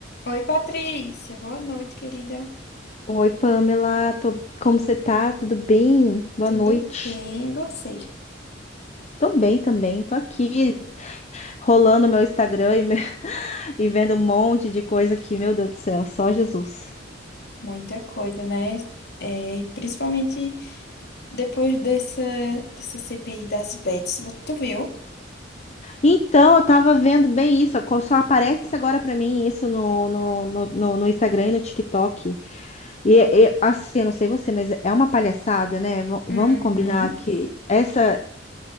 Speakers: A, on the left; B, on the left.
A: Oi, Patrícia. Boa noite, querida.
B: Oi, Pamela, tô... como você tá? Tudo bem? Boa
A: Tudo
B: noite.
A: bem? E Você?
B: Tô bem também, tô aqui rolando meu Instagram e, meu- <laughs> e vendo um monte de coisa aqui, meu Deus do céu, só Jesus.
A: Muita coisa, né? É, e principalmente depois dessa, dessa CPI das bets. Vo- Tu viu?
B: Então, eu tava vendo bem isso, co- só aparece agora pra mim isso no, no, no, no- no Instagram e no TikTok. E, e, assim, eu não sei você, mas é uma palhaçada, né? Va- vamos
A: Uhum.
B: combinar que essa.